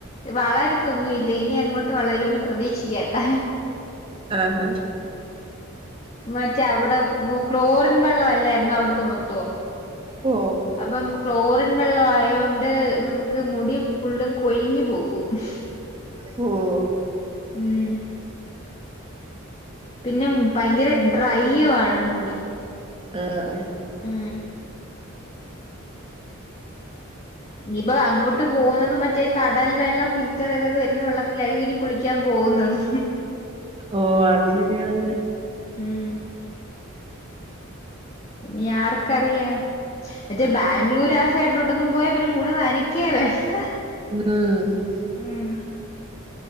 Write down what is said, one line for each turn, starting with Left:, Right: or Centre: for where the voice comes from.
Left: വളര്ത്തൊന്നു ഇല്ല ഇനിയങ്ങോട്ട് വളരൊന്നും പ്രതീക്ഷിക്കണ്ട
Right: ആ ഹാ
Left: മറ്റേ അവടെ ഗോ ക്ലോറിൻ വെള്ള അല്ലായിരുന്നോ അവ്ട്ത്തെ മൊത്തവും
Right: ഓ
Left: അപ്പം ക്ലോറിൻ വെള്ളം ആയോണ്ട് നമുക്ക് മുടി ഫുള്ളും കൊയിഞ് പോകും ഉം
Right: ഉം
Left: ഉം പിന്നെ ഭയങ്കര ഡ്രൈയ്യു ആണ് മുടി
Right: ആ ആ
Left: ഉം ഇനിപ്പോ അങ്ങോട്ട് പോവുന്നത് മറ്റേ കടൽ വെള്ളം ഫിൽറ്ററ് ചെയ്തൊക്കെ വരുന്ന വെള്ളത്തിലായിരിക്കും ഇനി കുളിക്ക്യാം പോവുന്നത്
Right: ഓ അത് ശരിയാണല്ലേ
Left: ഉം ഇനി ആർക്കറിയാം മറ്റേ ബാംഗ്ലൂര് ആ സൈഡിലോട്ടൊന്നും പോയാ പിന്നെ മുടി നനക്യെ വേണ്ട
Right: ഉം
Left: ഉം